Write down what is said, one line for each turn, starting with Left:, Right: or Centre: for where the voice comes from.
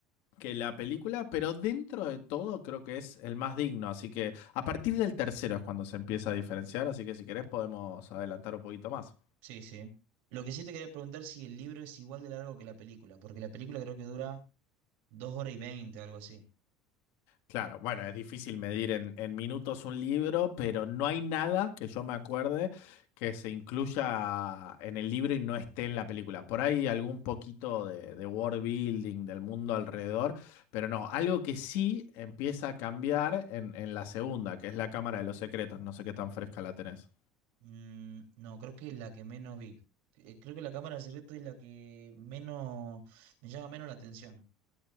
Left: que la película, pero dentro de todo creo que es el más digno. Así que a partir del tercero es cuando se empieza a diferenciar, así que si querés podemos adelantar un poquito más.
Right: Sí, sí. Lo que sí te quería preguntar si el libro es igual de largo que la película, porque la película creo que dura dos horas y veinte, algo así.
Left: Claro, bueno, es difícil medir en, en minutos un libro, pero no hay nada que yo me acuerde que se incluya en el libro y no esté en la película. Por ahí algún poquito de, de world building, del mundo alrededor, pero no, algo que sí empieza a cambiar en, en la segunda, que es la Cámara de los Secretos, no sé qué tan fresca la tenés.
Right: Mm, no, creo que la que menos vi. Eh, Creo que la cámara de secreto es la que menos me llama menos la atención.